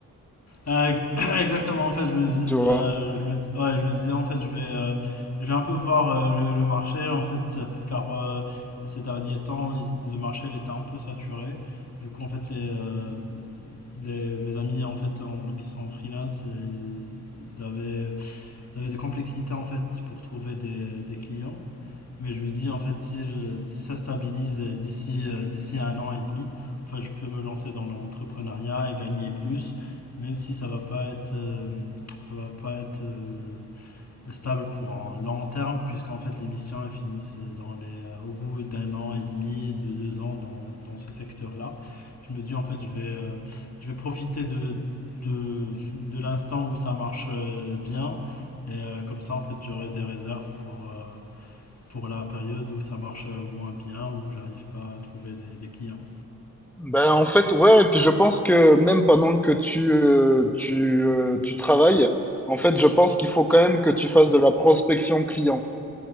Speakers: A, on the left (about 50°); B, in the centre.
A: Euh, <clears throat> exactement, en fait, je me dis,
B: tu vois.
A: euh, je me dis- ouais, je me disais, en fait, je vais, euh, je vais un peu voir euh, le, le marché, en fait, euh, car euh, ces derniers temps, il- le marché, il était un peu saturé. Du coup, en fait, les, euh, les- mes amis, en fait, en- qui sont en freelance, euh, ils ils avaient, ils avaient des complexités, en fait, pour trouver des, des clients. Mais je me dis, en fait, si, je- si ça stabilise d'ici euh, d'ici à un an et demi, en fait, je peux me lancer dans l'entrepreneuriat et gagner plus, même si ça va pas être, euh, ça va pas être euh, stable pour un long terme, puisqu'en fait, les missions elles finissent dans les, euh, au bout d'un an et demi, de deux ans dans, dans ce secteur-là. Je me dis, en fait, je vais, euh, je vais profiter de, de, de l'instant où ça marche euh, bien. Et euh, comme ça, en fait, j'aurai des réserves pour, euh, pour la période où ça marche moins bien, où j'arrive pas à trouver des, des clients.
B: Ben, en fait, ouais, et puis je pense que même pendant que tu, euh, tu, euh, tu travailles, en fait, je pense qu'il faut quand même que tu fasses de la prospection client.